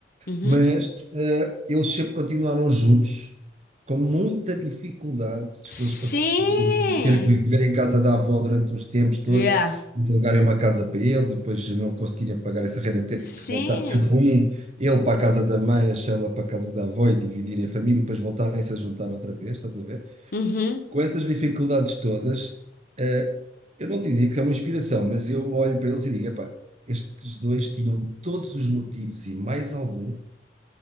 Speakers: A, on the left; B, on the right.
A: Uhum.
B: mas eh, eles sempre continuaram juntos, com muita dificuldade
A: Sim!
B: que eles passaram de ter que viver em casa da avó durante uns tempos todos,
A: Yeah.
B: de alugarem uma casa para eles e depois não conseguirem pagar essa renda, terem
A: Sim!
B: que voltar cada um, ele para a casa da mãe, a Sheila para a casa da avó e dividirem a família e depois voltarem-se a juntar outra vez, estás a ver?
A: Uhum.
B: Com essas dificuldades todas, eh, eu não te digo que é uma inspiração, mas eu olho para eles e digo, "Epá, estes dois tinham todos os motivos e mais algum